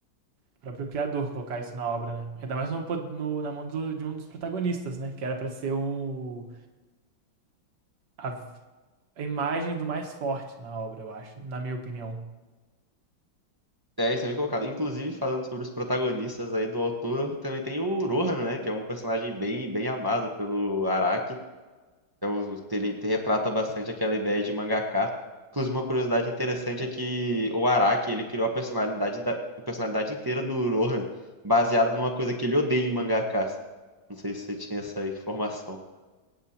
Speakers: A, on the right; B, on the right.
A: O próprio criador colocar isso na obra, né? Ainda mais no, no- na mão do- de um dos protagonistas, né? Que era pra ser um, a, a imagem do mais forte na obra, eu acho, na minha opinião.
B: É, isso aí é colocado. Inclusive, falando sobre os protagonistas aí do autor, também tem o Rohan, né? Que é um personagem bem, bem amado pelo Araki. É Ele retrata bastante aquela ideia de mangaka. Inclusive, uma curiosidade interessante é que o Araki, ele criou a personalidade, da, a personalidade inteira do Rohan baseado numa coisa que ele odeia em mangakas. Não sei se você tinha essa informação.